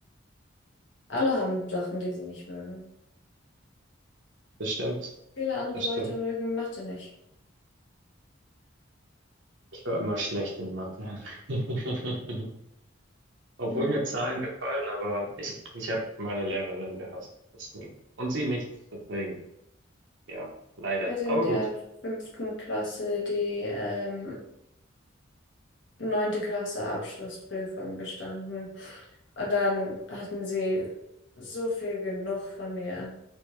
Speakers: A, on the left; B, on the right.
A: alle haben Sachen, die sie nicht mögen.
B: Das stimmt,
A: Viele andere
B: das
A: Leute
B: stimmt.
A: mögen Mathe nicht.
B: Ich war immer schlecht in Mathe. <laughs> Obwohl
A: Hm.
B: mir Zahlen gefallen, aber ich, ich habe meine Lehrerin gehasst, deswegen. Und sie mich, deswegen. Ja, leider.
A: Ich hatte
B: Aber
A: in der
B: gut.
A: fünften Klasse die ähm, neunte Klasse Abschlussprüfung bestanden. Und dann hatten sie so viel genug von mir,